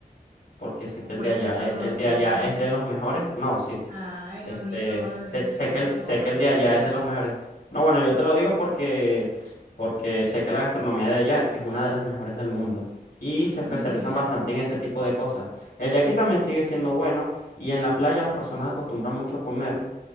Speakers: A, on the left; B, on the right.
A: porque sé que el
B: Pues
A: de allá
B: eso
A: es,
B: no
A: el
B: sé.
A: de allá es de los mejores. No, sí.
B: Ay,
A: Este,
B: no, ni he probado el
A: sé,
B: venezolano
A: sé que el, sé
B: como
A: que
B: para
A: el
B: decir
A: de allá
B: eso.
A: es de los mejores. No, bueno, yo te lo digo porque, porque sé que la gastronomía de allá es una de las mejores del mundo. Y
B: Ah,
A: se especializan
B: mira.
A: bastante en ese tipo de cosas. El de aquí también
B: Mm,
A: sigue siendo bueno. Y en la playa las personas acostumbran mucho a comer